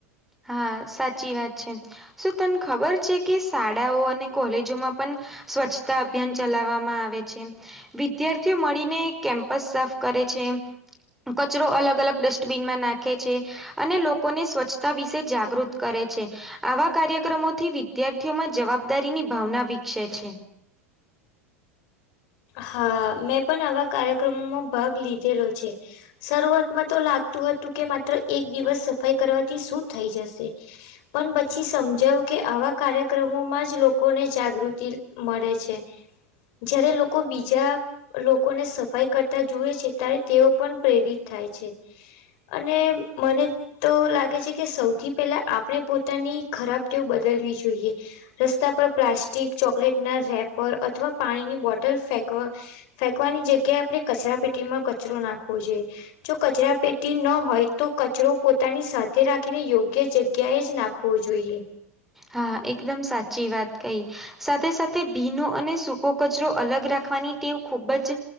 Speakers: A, in the centre; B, on the left.
A: હા સાચી વાત છે. શું તને ખબર છે, કે શાળાઓ અને કોલેજોમાં પણ સ્વરછતા અભિયાન ચલાવવામાં આવે છે. વિદ્યાર્થીઓ મળીને કેમ્પસ સાફ કરે છે. કચરો અલગ અલગ ડસ્ટબીનમાં નાખે છે, અને લોકોને સ્વચ્છ તા વિશે જાગૃત કરે છે. આવા કાર્યક્રમોથી વિદ્યાર્થીઓમાં જવાબદારીની ભાવના વિકસે છે.
B: હા મેં પણ આવા કાર્યક્રમોમાં ભાગ લીધેલો છે. શરૂઆતમાં તો લાગતું હતું કે માત્ર એક દિવસ સફાઈ કરવાથી શું થઈ જશે. પન પછી સમજાવ કે આવા કાર્યક્રમોમાં જ લોકોને જાગૃતિ મળે છે. જયારે લોકો બીજા લોકોને સફાઈ કરતા જુએ છે, ત્યારે તેઓ પણ પ્રેરિત થાય છે. અને મને તો લાગે છે, કે સૌથી પહેલા આપણે પોતાની ખરાબ તેવ બદલવી જોઈએ. રસ્તા પર પ્લાસ્ટિક ચોકલેટ ના રેપર અથવા પાણીની બોટલ ફેંકવ ફેંકવાની જગ્યા આપડે કચરા પેટીમાં કચરો નાખવો જોએ. જો કચરા પેટી ન હોય તો કચરો પોતાની સાથે રાખીને યોગ્ય જગ્યા એ જ ના ખવો જોઈએ.
A: હા એકદમ સાચી વાત કઈ સાથે સાથે ભીનો અને સૂકો કચરો અલગ રાખવાની ટેવ ખૂબ જ